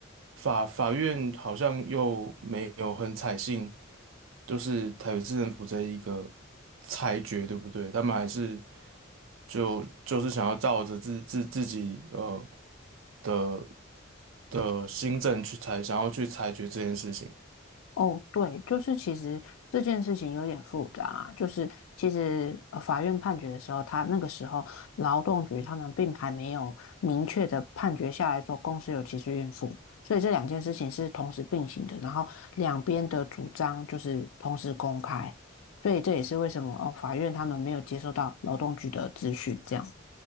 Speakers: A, on the right; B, on the left.
A: 法法院好像又没有很采信，就是台北市政府这一个裁决，对不对？他们还是就就是想要照着自自自己呃的的新政去裁，想要去裁决这件事情。
B: 哦，对，就是其实这件事情有点复杂啊，就是其实呃法院判决的时候，他那个时候劳动局他们并还没有明确的判决下来说公司有歧视孕妇，所以这两件事情是同时并行的，然后两边的主张就是同时公开，所以这也是为什么哦，法院他们没有接收到劳动局的资讯，这样。